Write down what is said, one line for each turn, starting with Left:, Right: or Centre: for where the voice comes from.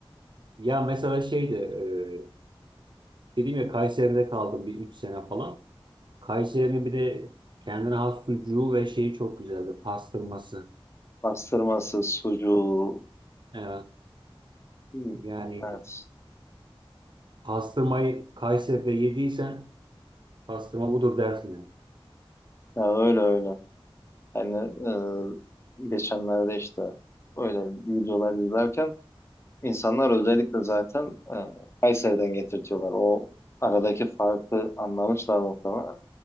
Right: Ya mesela şeydi, e, dedim ya Kayseri'de kaldım bir 3 sene falan. Kayseri'nin bir de kendine has sucuğu ve şeyi çok güzeldi, pastırması.
Left: Pastırması, sucuğu.
Right: Evet.
Left: Hmm,
Right: Yani
Left: Evet.
Right: pastırmayı Kayseri'de yediysen pastırma budur dersin yani.
Left: Ya öyle öyle. Yani e, geçenlerde işte öyle videolar izlerken İnsanlar özellikle zaten e, Kayseri'den getirtiyorlar. O aradaki farkı anlamışlar muhtemelen.